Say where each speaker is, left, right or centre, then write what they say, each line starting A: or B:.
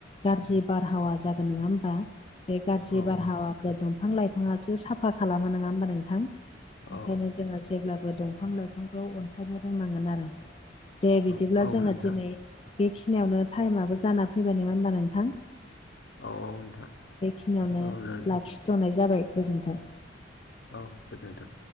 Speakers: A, on the left (about 30°); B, on the left (about 70°).
A: गाज्रि बारहावा जागोन नङा होमबा। बे गाज्रि
B: औ
A: बारहावाखौ दंफां लाइफाङासो साफा खालामो नोङा होमबा नोंथां? ओंखायनो
B: औ
A: जोङो जेब्लाबो दंफां लाइफांखौ अनसायनो रोंनांगोन आरो। दे बिदिब्ला
B: औ औ
A: जोङो
B: नोंथां
A: दिनै बेखिनियावनो टाइमाबोआो जाना फैबाय नोङा होमबा नोंथां?
B: औ औ नोंथां।
A: बेखिनियावनो
B: औ नों-
A: लाखिथ'नाय जाबाय गोजोन्थों।
B: औ गोजोनथों।